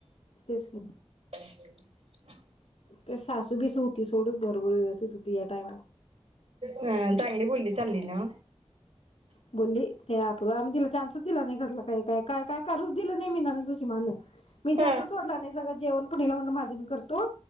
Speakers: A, on the left; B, on the right.
A: तेच की
B: <inaudible>
A: ते सासू बीसु होती सोडू बरोबर व्यवस्थित होती या टाइम
B: हं चांगली बोलली चालली ना
A: बोलली ते <unintelligible> आम्ही तिला चान्सच दिला नाही कसला काय काय का काय करूच दिलं नाही मी सुषमान मी गॅसच
B: ह
A: सोडला नाही सगळं जेवण पुणीला म्हण माझे मी करतो